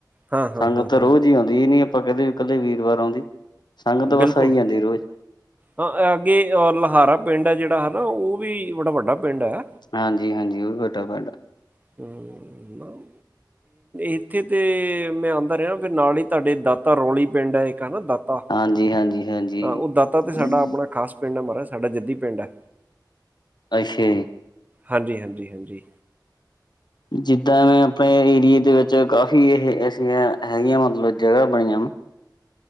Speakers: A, on the right; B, on the left.
A: ਹਾਂ, ਹਾਂ,
B: ਸੰਗਤ
A: ਹਾਂ,
B: ਤਾਂ
A: ਹਾਂ,
B: ਰੋਜ਼ ਈ ਆਉਂਦੀ ਇਹ ਨੀ ਅਪ ਆਪਾਂ ਕਹਿ ਦੀਏ ਵੀ ਕੱਲੇ ਵੀਰਵਾਰ ਆਉਂਦੀ। ਸੰਗਤ
A: ਬਿਲਕੁਲ।
B: ਬਸ ਆਈ ਜਾਂਦੀ ਰੋਜ਼
A: ਹਾਂ ਐ ਅੱਗੇ ਅ ਲਹਾਰਾ ਪਿੰਡ ਐ ਜਿਹੜਾ ਹਨਾ, ਉਹ ਵੀ ਬੜਾ ਵੱਡਾ ਪਿੰਡ ਐ।
B: ਹਾਂਜੀ-ਹਾਂਜੀ ਉਹ ਵੀ ਵੱਡਾ ਪਾਡਾ
A: ਹੂੰ <unintelligible>
B: <inaudible>
A: ਇੱਥੇ ਤੇ ਮੈਂ ਆਦਾ ਰਿਹਾ, ਫਿਰ ਨਾਲ ਈ ਤੁਹਾਡੇ ਦਾਤਾ ਰੌਲੀ ਪਿੰਡ ਆ ਇੱਕ ਹਨਾ ਦਾਤਾ
B: ਹਾਂਜੀ ਹਾਂਜੀ ਹਾਂਜੀ
A: ਤਾਂ ਉਹ ਦਾਤਾ ਤੇ ਸਾਡਾ
B: ਅੱਛਾ
A: ਆਪਣਾ ਖ਼ਾਸ ਪਿੰਡ ਆ, ਮਹਾਰਾਜ ਸਾਡਾ ਜੱਦੀ ਪਿੰਡ ਆ।
B: ਅੱਛਾ ਜੀ।
A: ਹਾਂਜੀ-ਹਾਂਜੀ-ਹਾਂਜੀ।
B: ਜਿੱਦਾਂ ਮੈਂ ਆਪਣੇ ਏਰੀਏ ਦੇ ਵਿੱਚ ਕਾਫੀ ਇਹ ਐਸੀਆਂ ਹੈਗੀਆਂ ਮਤਲਬ ਜਗਾ ਬਣੀਆਂ ਵਾ।